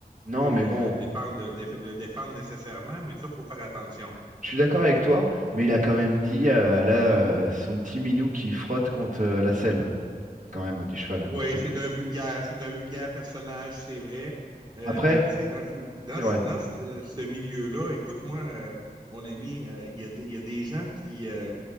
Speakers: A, on the right (about 55°); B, on the right (about 25°).
A: Non,
B: euh,
A: mais bon,
B: défendre, euh, déf le défendre nécessairement, mais ça, il faut faire attention.
A: je suis d'accord avec toi, mais il a quand même dit, euh, là, euh, son petit minou qui frotte contre euh, la selle, quand même, hein, du cheval.
B: Oui,
A: Et
B: c'est un vulgaire, c'est un vulgaire personnage, c'est vrai. Euh,
A: après,
B: mais tu sais, dans, ce- dans,
A: c'est
B: ce-
A: vrai.
B: dans ce, euh, ce milieu-là, écoute-moi, euh, mon ami, euh, il y a, des- il y a des gens qui, euh,